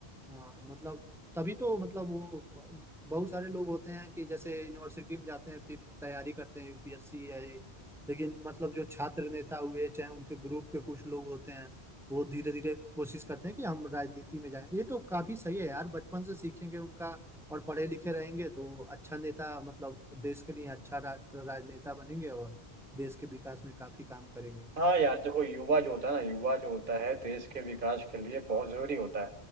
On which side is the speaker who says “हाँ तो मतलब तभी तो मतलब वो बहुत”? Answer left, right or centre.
Centre